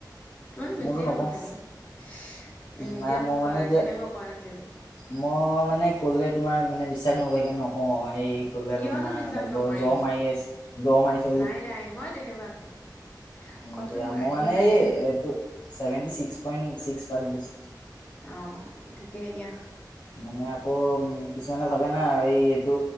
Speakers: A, on the left (about 20°); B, on the left (about 70°).
A: তোমাৰতো বেছিয়ে
B: মোৰতো নকওঁ
A: হ'ব চাগে? উম, এতিয়ানো
B: নাই মই
A: কোৱা
B: মানে এতিয়া
A: সেই কাৰণে মই কোৱা নাছিলো।
B: মই মানে ক'লে তোমাৰ মানে বিশ্বাস নকৰিবা নকওঁ এই ক'লে আকৌ
A: কিয়নো
B: তোমাৰ
A: বিশ্বাস
B: ভাবিব
A: নকৰিম
B: জ্বৰ মাৰি আছে, জ্বৰ মাৰিছে
A: নাই নাই মই তেনেকুৱা নহয় নহয়। কোৱাচোন
B: দিয়া
A: কোৱা
B: মোৰ
A: একো
B: মানে এই
A: দিয়া
B: এইটো চেভেন্টি চিস্ক পাৰচেন্টেজ।
A: অ', ঠিকেই দিয়া।
B: মানে আকৌ উম কিছুমানে ভাবে না এই এইটো